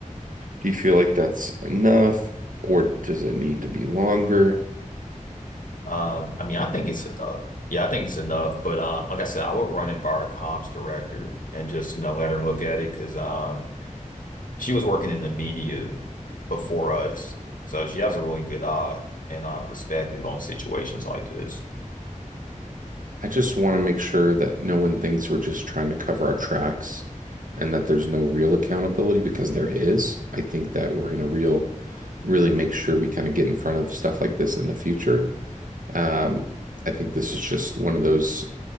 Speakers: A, on the right; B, on the left.
A: Do you feel like that's enough, or does it need to be longer?
B: Um, I mean, I think it's enough. Yeah, I think it's enough. But um, like I said, I would run it by our comms director and just, you know, let her look at it because um she was working in the media before us. So she has a really good eye and uh, perspective on situations like this.
A: I just want to make sure that no one thinks we're just trying to cover our tracks and that there's no real accountability because there is. I think that we're going to real really make sure we kind of get in front of stuff like this in the future. Um, I think this is just one of those